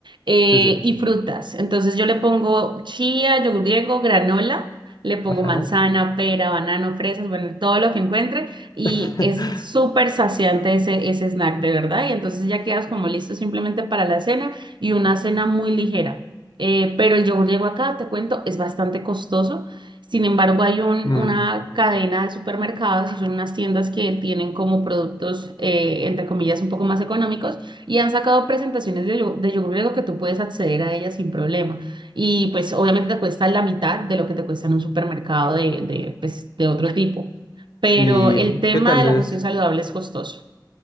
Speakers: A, on the right; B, on the left.
A: eh,
B: sí, sí,
A: y frutas. Entonces yo le pongo chía, yogur griego, granola, le pongo
B: ajá.
A: manzana, pera, banano, fresas, bueno, todo lo que encuentre y
B: <laughs>
A: es súper saciante ese, ese snack, de verdad. Y entonces ya quedas como listo simplemente para la cena y una cena muy ligera. Eh, pero el yogur griego acá, te cuento, es bastante costoso. Sin embargo, hay un-
B: Mm,
A: una cadena de supermercados, son unas tiendas que tienen como productos, eh, entre comillas, un poco más económicos y han sacado presentaciones de, yo- de yogur griego que tú puedes acceder a ellas sin problema. Y pues obviamente te cuesta la mitad de lo que te cuesta en un supermercado de, de, pues, de otro <laughs> tipo. Pero
B: ¿Y
A: el tema
B: qué tal
A: de la
B: es?
A: cuestión saludable es costoso.